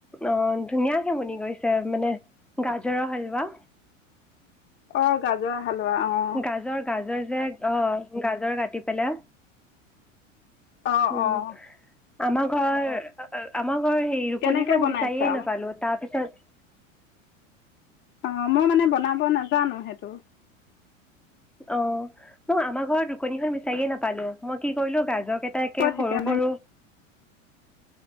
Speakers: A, in the centre; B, on the left.
A: অ ধুনীয়াকে শুনি গৈছে আৰু মানে গাজৰৰ হালোৱা
B: অ গাজৰৰ হালোৱা অঁ
A: গাজৰ গাজৰ যে
B: আহ
A: উম,
B: অ
A: আমাৰ ঘৰ আমাৰ অ হেৰি ৰুকনিখন
B: কেনেকৈ বনাইছা
A: বিচাৰিয়ে নাপালো তাৰ পিছত
B: অ মই মানে বনাব নাজানো সেইটো
A: অ মই আমাৰ ঘৰত ৰুকনিখন বিচাৰিয়ে নাপালো মই কি কৰিলো গাজৰ কেইটাকে
B: ক'ত সেইকাৰণে
A: সৰু সৰু